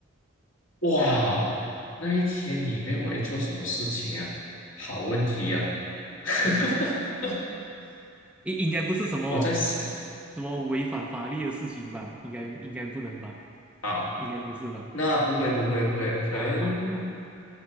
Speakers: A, on the left; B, in the centre.
A: 哇，那一天里面我会做什么事情啊？好问题啊，<laughs>
B: 嗯。应应该不是什么
A: 我在想
B: 什么违反法律的事情吧？应该应该不能吧？
A: 啊，
B: 应该不是吧？
A: 那不会不会不会，可能
B: 啊啊啊！